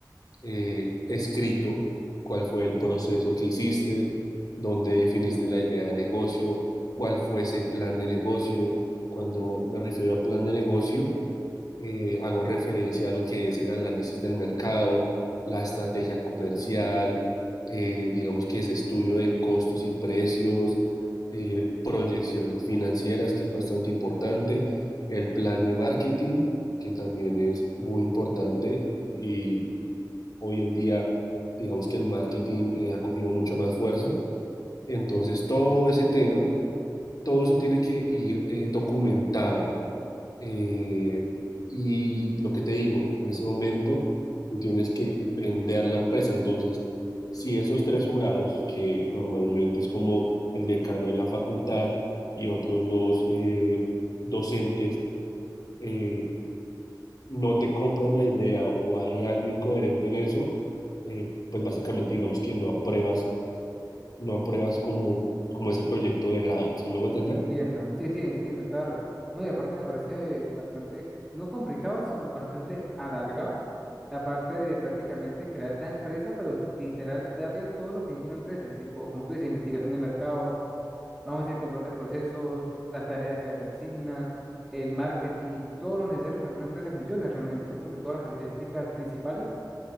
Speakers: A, on the left (about 55°); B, in the centre.
A: eh, escrito cuál fue el proceso que hiciste, dónde definiste la idea de negocio, cuál fue ese plan de negocio. Cuando me refiero a plan de negocio, eh, hago referencia a lo que es el análisis del mercado, la estrategia comercial, eh, digamos que es estudio de costos y precios, eh, proyecciones financieras, que es bastante importante, el plan de marketing, que también es muy importante y hoy en día, digamos que el marketing eh, ha cogido mucho más fuerza. Entonces, todo ese tema, todo eso tiene que ir eh, documentado. Eh, y, y lo que te digo, en ese momento tú tienes que vender la empresa. Entonces, si esos tres jurados, que normalmente es como el decano de la facultad y otros dos eh, docentes, eh, no te compran la idea o hay algo incoherente en eso, eh, pues básicamente digamos que no apruebas, no apruebas como, como ese proyecto de grado. ¿Sí me voy a entender?
B: Entiendo, sí, sí, entiendo, claro. No, y aparte me parece bastante, no complicado, sino bastante alargado, la parte de prácticamente crear la empresa, pero literal darle todo lo que necesita una empresa, tipo, como tú dices, investigación de mercado, Vamos a hacer control de procesos, las tareas que se asignan, el marketing, todo lo necesario para que una empresa funcione realmente, como que todas las características principales